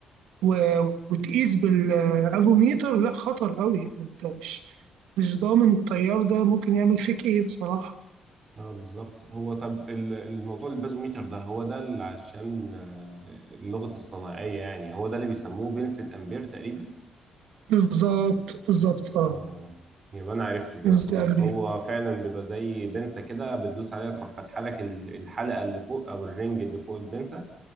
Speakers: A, on the right; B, on the right.
A: و- وتقيس بالافوميتر لا خطر قوي يعني انت مش مش ضامن التيار ده ممكن يعمل فيك ايه بصراحة
B: اه بالظبط هو طب ال- الموضوع البازوميتر ده هو ده اللي عشان آه، اللغه الصناعيه يعني هو ده اللي بيسموه بنسة امبير تقريبا
A: بالظبط بالظبط اه
B: اه يبقى انا عرفته كده
A: بالظبط
B: خلاص هو فعلا بيبقى زي بنسة كده بتدوس عليها تروح فاتحه لك ال- الحلقه اللي فوق او الرنج اللي فوق البنسة